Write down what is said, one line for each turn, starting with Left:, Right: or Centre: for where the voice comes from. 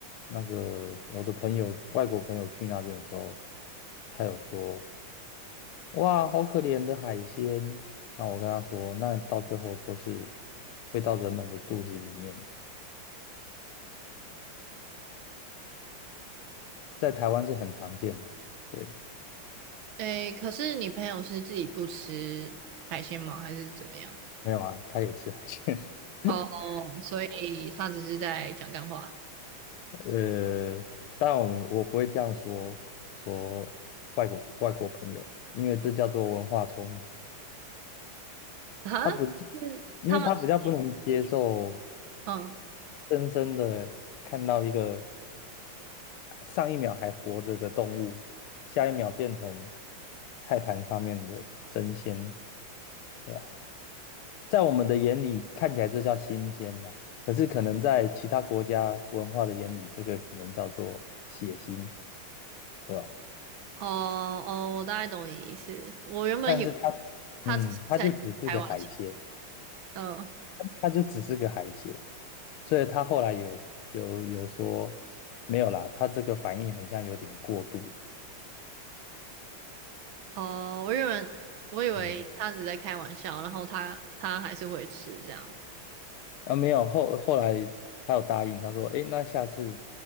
Left: 那个我的朋友，外国朋友去那边的时候，他有说。哇，好可怜的海鲜。那我跟他说，那到最后都是会到人们的肚子里面，在台湾是很常见的。对，
Right: 诶，可是你朋友是自己不吃海鲜吗？还是怎么样？
Left: 没有啊，他也吃海鲜。<laughs>
Right: 哦，所以他只是在讲干话
Left: 呃，当然我们我不会这样说说外国外国朋友，因为这叫做文化冲击。
Right: 哈？
Left: 他不，
Right: 是他们
Left: 因为他比较不能接受
Right: 是嗯
Left: 深深的看到一个上一秒还活着的动物，下一秒变成菜盘上面的真鲜。对啊，在我们的眼里看起来这叫新鲜呐、可是可能在其他国家文化的眼里，这个可能叫做血腥，对吧？
Right: 哦哦，我大概懂你意思。我原本以为
Left: 但是它，
Right: 他只是在开玩笑，
Left: 嗯，它就只是个海鲜，
Right: 嗯
Left: 它就只是个海鲜，所以他后来有有有说没有啦，他这个反应很像有点过度，
Right: 哦，我原本我以为他只是在开玩笑，
Left: 嗯。
Right: 然后他他还是会吃这样
Left: 啊，没有，后后来他有答应，他说：“诶，那下次